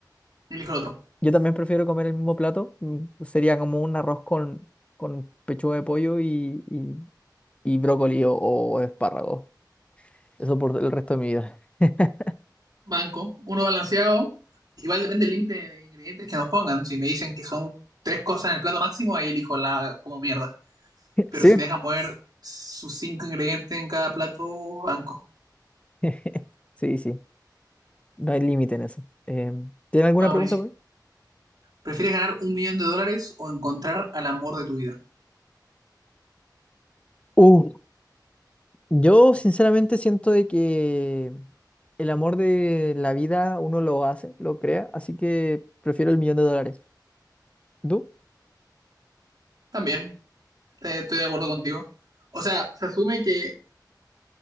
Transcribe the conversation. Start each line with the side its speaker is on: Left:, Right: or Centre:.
Right: elijo el otro.
Left: yo también prefiero comer el mismo plato. mm, Sería como un arroz con, con pechuga de pollo y, y, y brócoli o, o espárragos. Eso por el resto de mi vida. <laughs>
Right: Banco, uno balanceado. Igual depende del límite de ingredientes que nos pongan. Si me dicen que son tres cosas en el plato máximo, ahí elijo la como mierda. Pero
Left: Sí,
Right: si me dejan poner sus cinco ingredientes en cada plato, banco.
Left: <laughs> Sí, sí. No hay límite en eso. Em, ¿tiene alguna
Right: Ah,
Left: pregunta
Right: buenísimo.
Left: para mí?
Right: ¿Prefieres ganar un millón de dólares o encontrar al amor de tu vida?
Left: Uh, yo sinceramente siento de que el amor de la vida uno lo hace, lo crea, así que prefiero el millón de dólares. ¿Tú?
Right: También, te- estoy de acuerdo contigo. O sea, se asume que,